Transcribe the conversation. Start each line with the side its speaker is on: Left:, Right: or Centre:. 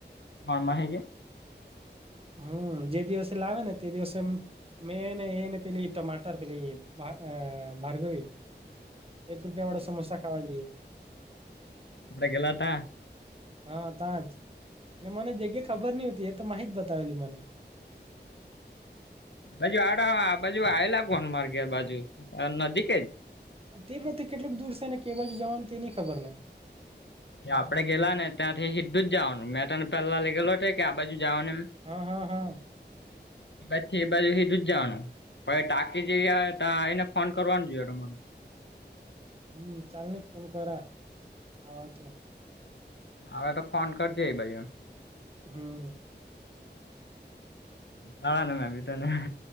Left: કોણ માહી કે
Right: હમ જે દિવસે લાવે ને તે દિવસે એમ મેને એને પેલી ટમાટર પેલી આ પેલી અ ભારગવી એક રૂપિયા વાળા સમોસા ખાવા જઈએ.
Left: આપડે ગેલા તા.
Right: હા તાંજ ને મને જગ્યા ખબર ની તી એ તો માહે જ બતાવેલી મને.
Left: બાજુ આવે આબાજુ આવેલા મારે ઘેર બાજુ નજીક જ.
Right: તે <unintelligible> કેટલુક દૂર છે ને કે બાજુ જવાનું તેની ખબર ને.
Left: આપણે ગેલા ને ત્યાંથી સીધું જ જવાનું મેં તને પેલા લેગેલો તે કે આ બાજુ જાવાનું એમ.
Right: હા હા હા.
Left: <inaudible> એ બાજથી એ બાજુ સીધું જવાનું પણ ટાકી જેવી આવે ત્યા આવીને ફોન કરવાનું જોયે તમારે.
Right: હમ ચાલ નહી ફોન કરા આવા તો.
Left: આવે તો ફોન કરીજે એબજું એમ.
Right: હમ.
Left: આવાને મે બી તને